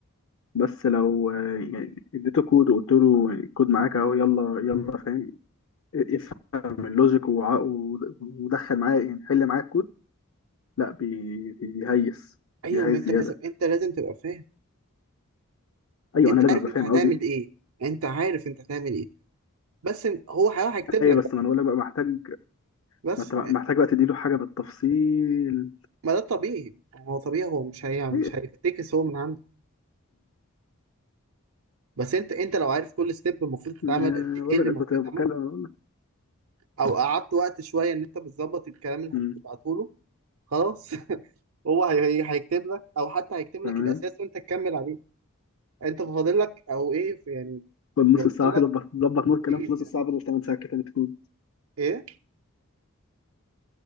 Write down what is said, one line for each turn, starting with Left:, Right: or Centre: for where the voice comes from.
Left: بس لو آه، يعني اديته كود وقلت له الكود معاك اهو يلا يلا فاهم افهم اللوجيك وع- ود- ودخل معاه يعني حل معاه الكود لا بي- بي- بيهيس
Right: ايوه
Left: بيهيس
Right: ما انت
Left: زياده
Right: لازم انت لازم تبقى فاهم
Left: ايوه
Right: انت
Left: انا لازم
Right: عارف
Left: ابقى
Right: انت
Left: فاهم
Right: هتعمل
Left: قصدي
Right: ايه انت عارف انت هتعمل ايه بس إن- هو هيروح هيكتب
Left: ايوه
Right: لك
Left: بس
Right: بقى
Left: ما انا بقول لك بقى محتاج
Right: بس
Left: ما انت محتاج بقى تديله حاجه بالتفصيل
Right: ما ده طبيعي هو طبيعي هو مش هي مش
Left: إيه،
Right: هيفتكس هو من عنده بس انت انت لو عارف كل ستيب المفروض تتعمل
Left: آه،
Right: قد
Left: بقول
Right: ايه اللي المفروض
Left: لك كنت بتكلم
Right: يتعمل
Left: بقول لك
Right: او قعدت وقت شويه ان انت بتظبط الكلام اللي
Left: مم،
Right: هتبعته له خلاص <laughs> هو هي- هي- هيكتب لك او حتى هيكتب لك
Left: تمام
Right: الاساس وانت تكمل عليه انت فاضل لك او ايه في- يعني
Left: خد نص
Right: بيوصل
Left: ساعه كده
Right: لك
Left: ظبط ظبط نوت كلام
Right: بيز
Left: في نص
Right: يعني
Left: ساعه بدل 8 ساعات كتابه كود
Right: ايه